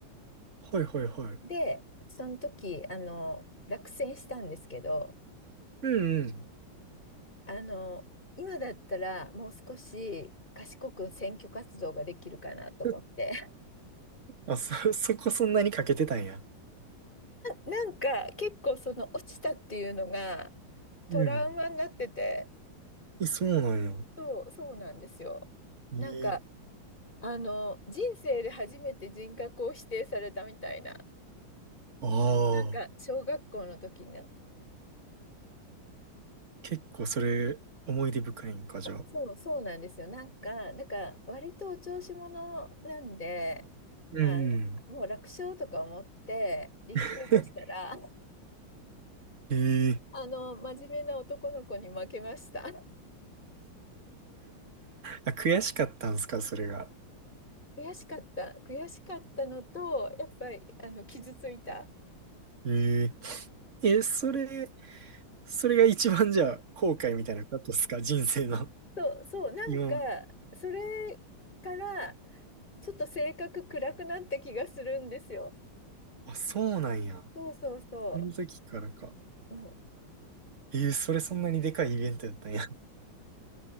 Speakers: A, on the right; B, on the left.
A: はいはいはい。
B: で、その時、あの、落選したんですけど、
A: うんうん。
B: あの、今だったらもう少し賢く選挙活動ができるかなと思って。
A: <laughs> あ、そ、<laughs> そこそんなにかけてたんや。
B: な、なんか結構その落ちたっていうのがトラウマになってて、
A: うん。え、そうなんや。
B: そう、そうなんですよ。なんか
A: ええ
B: あの人生で初めて人格を否定されたみたいな、
A: ああ、
B: なんか小学校の時の。
A: 結構それ思い出深いんか、じゃあ。
B: そう、そうなんですよ。なんか、なんから割とお調子者なんで、
A: うんうん。
B: あの、もう楽勝とか思って立候補したら、
A: <laughs> ええ
B: あの、真面目な男の子に負けました。
A: あ、悔しかったんすか、それが。
B: 悔しかった。悔しかったのと、やっぱり、あの、傷ついた。
A: えええ、それ、それが一番じゃあ、後悔みたいなことですか人生の。
B: そう、そう、
A: <laughs>
B: なんか、
A: 今まで。
B: それから、ちょっと性格暗くなった気がするんですよ。
A: あ、そうなんや。
B: そうそうそ
A: その時からか。
B: う。うん、
A: えー、それそんなにでかいイベントやったんや。